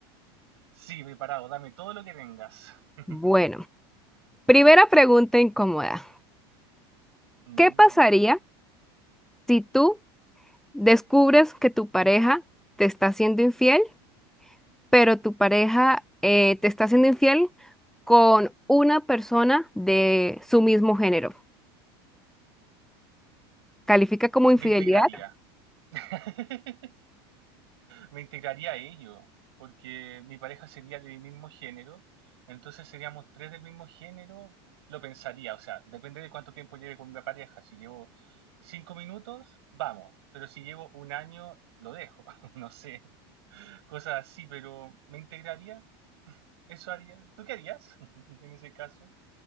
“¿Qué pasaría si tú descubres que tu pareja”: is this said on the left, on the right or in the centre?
Centre